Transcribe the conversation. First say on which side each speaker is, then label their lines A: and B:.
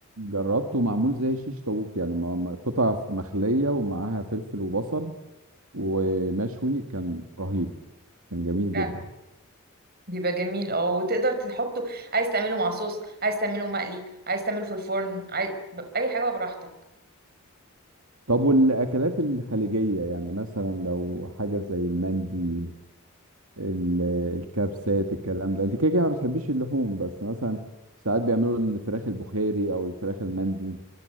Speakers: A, on the right; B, on the right.
A: جربته معمول زي شيش طاووق يعني ما- ما- قطع مخليه ومعاها فلفل وبصل ومشوي كان رهيب كان جميل
B: فعلا
A: جدا
B: بيبقى جميل اه وتقدر تحطه عايز تعمله مع صوص عايز تعمله مقلي عايز تعمله في الفرن عايز... ب- اي حاجه براحتك
A: طب والأكلات الخليجية يعني مثلا لو حاجة زي المندي ال- الكبسات الكلام ده انت كده كده ما بتحبيش اللحوم بس مثلا ساعات بيعملوا الفراخ البخاري او الفراخ المندي